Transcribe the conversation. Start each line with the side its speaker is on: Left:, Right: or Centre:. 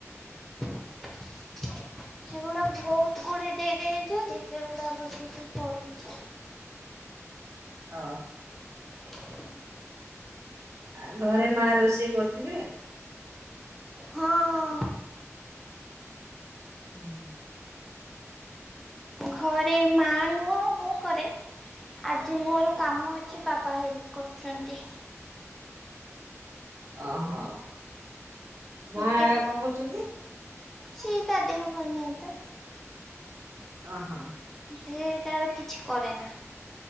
Centre: ସେଗୁଡା ବହୁତ। ଗୁଡେ ଦେଇ ଦେଇେ ଚନ୍ତି ସେଗୁଡା ବସିକି କ କରୁଛି।
Right: ହଁ।
Centre: <unintelligible>
Right: ଆ ଘରେ ମା ରୋଷେଇ କରୁଥିବେ?
Centre: ହଁ ହଁ।
Right: ହୁଁ
Centre: ଘରେ ମା ନୁହଁ ମୁଁ କରେ ଆ ଯେ ମୋର କାମ ଅଛି ବାପା ହେଲ୍ପ କରୁଛନ୍ତି।
Right: ଅ ହଁ ମା
Centre: ଏତେ
Right: କଣ କରୁଛନ୍ତି।
Centre: ସେ ତା ଦେହ ଭଲ ନାହିଁ ତ
Right: ହ ହଁ
Centre: ଥି ତାର କିଛି କରେ ନା